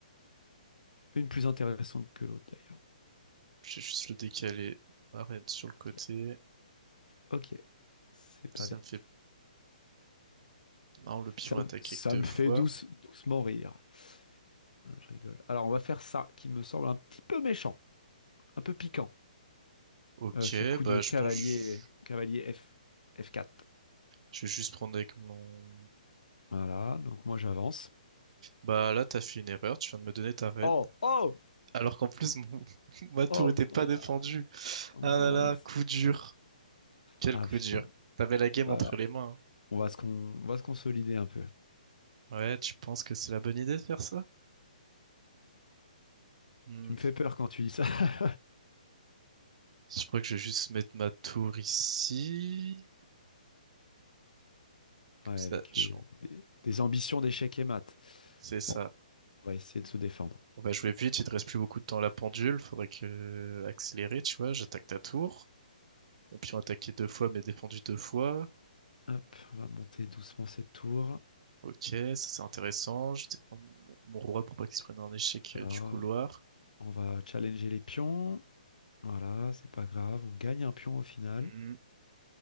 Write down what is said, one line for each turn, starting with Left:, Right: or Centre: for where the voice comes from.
Left: Une plus intéressante que l'autre, d'ailleurs.
Right: J'ai juste le décalé. Arrête sur le côté.
Left: Ok. Ok. C'est pas
Right: Ça
Left: bête.
Right: me fait non, le pion
Left: Ça, me-
Right: attaqué
Left: ça
Right: que deux
Left: me
Right: fois.
Left: fait douce, doucement rire. Ah, Je rigole. Alors, on va faire ça, qui me semble un petit peu méchant. Un peu piquant.
Right: Ok,
Left: Euh, ce coup
Right: bah
Left: de cavalier...
Right: je pense que je
Left: Cavalier F... F4.
Right: je vais juste prendre avec mon...
Left: Voilà, donc moi j'avance.
Right: Bah là, t'as fait une erreur, tu viens de me donner ta reine.
Left: Oh, oh,
Right: Alors qu'en plus, mon... <laughs> ma tour
Left: oh,
Right: était
Left: mince.
Right: pas défendue.
Left: Oh, mince.
Right: Ah là là, coup dur. Quel
Left: Ah
Right: coup
Left: putain,
Right: dur. T'avais la game
Left: c'est pas
Right: entre
Left: grave.
Right: les mains.
Left: On va se con- on va se consolider un peu.
Right: hein. Ouais, tu penses que c'est la bonne idée de faire ça? Hmm.
Left: Tu me fais peur quand tu dis ça. <laughs>
Right: Je crois que je vais juste mettre ma tour ici. Comme
Left: Ouais,
Right: ça,
Left: avec
Right: je...
Left: euh, des, des ambitions d'échecs et maths.
Right: C'est ça.
Left: Bon, on va essayer de se défendre.
Right: On va jouer vite, il te reste plus beaucoup de temps à la pendule, faudrait que euh, accélérer, tu vois, j'attaque ta tour. Mon pion attaqué deux fois, mais défendu deux fois.
Left: Hop, on va monter doucement cette tour.
Right: Ok, ça c'est intéressant. Je défends mon mon roi pour pas qu'il se prenne un échec
Left: Voilà,
Right: euh, du couloir.
Left: on va challenger les pions. Voilà, c'est pas grave, on gagne un pion au final
Right: Hmm.